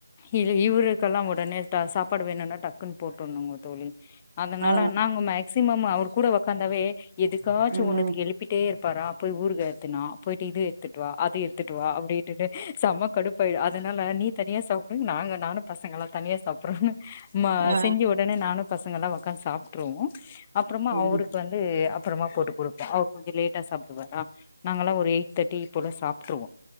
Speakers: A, on the left; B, on the right.
A: இது இவருக்கெல்லா உடனே ட சாப்பாடு வேணுனா டக்குன்னு போட்றணுங்க தோழி அதனால
B: ஆ
A: நாங்க மேக்சிமம் அவரு கூட ஒக்காந்தாவே எதுக்காச்சு
B: ஆ ம்
A: ஒன்னுத்துக்கு எழுப்பிட்டே இருப்பாரா போய் ஊறுகா எடுத்துன் வா போய்ட்டு இது எடுத்துட்டு வா அது எடுத்துட்டு வா அப்டிடுனு செம கடுப்பாயிடு அதனால நீத் தனியா சாப்டுங் நாங்க நானு பசங்கலா தனியா சாப்பிட்றோன்னு மா
B: ஆ
A: செஞ்சு உடனே நானு பசங்கல்லா வ க்க சாப்பிட்ருவோம் அப்புறமா
B: சரிங்க
A: அவருக்கு வந்து அப்பறமா போட்டு கொடுப்போ அவர் கொஞ்ச லேட்டா சாப்பிடுவாரா நாங்கல்ல ஒரு எயிட் தேட்டி ப்போல சாப்ட்ருவோ